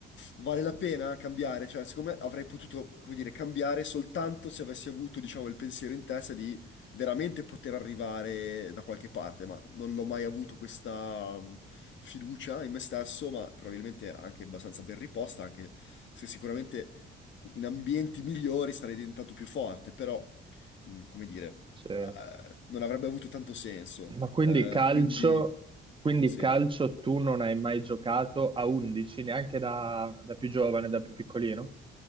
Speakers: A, on the left; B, on the right.
A: Vale la pena cambiare? Cioè, secondo me avrei potuto, come dire, cambiare soltanto se avessi avuto, diciamo, il pensiero in testa di veramente poter arrivare da qualche parte, ma non l'ho mai avuto questa mh, fiducia in me stesso, ma probabilmente anche abbastanza ben riposta, anche se sicuramente in ambienti migliori sarei diventato più forte, però, mh, come dire,
B: Sì.
A: eh, non avrebbe avuto tanto senso.
B: Ma quindi
A: Eh,
B: calcio,
A: quindi,
B: quindi
A: sì.
B: calcio tu non hai mai giocato a 11, neanche da, da più giovane, da più piccolino?